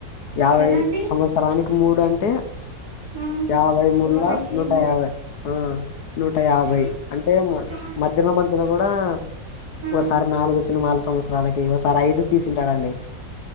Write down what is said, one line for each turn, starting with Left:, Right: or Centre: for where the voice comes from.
Left: యాభై
Right: కదా అండి
Left: సంవత్సరానికి మూడు అంటే
Right: ఆ
Left: యాభై ముళ్ళ
Right: యాభై
Left: నూటయాభై
Right: ఏళ్ళు
Left: ఆ నూటయాభై
Right: చా
Left: అంటే
Right: చా
Left: మధ్యలో మధ్యలో కూడా
Right: ఆ
Left: ఓసారి నాలుగు సినిమాల సంవత్సరాలకి ఒకసారి ఐదు తీసింటాడండి